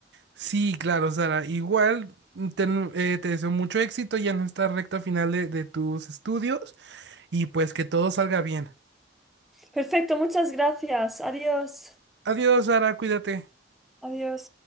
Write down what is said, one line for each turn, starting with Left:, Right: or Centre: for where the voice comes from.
Right: Sí, claro, Sara, igual ten- eh, te deseo mucho éxito ya en esta recta final de, de tus estudios y pues que todo salga bien.
Centre: Perfecto, muchas gracias. Adiós.
Right: Adiós, Sara, cuídate.
Centre: Adiós.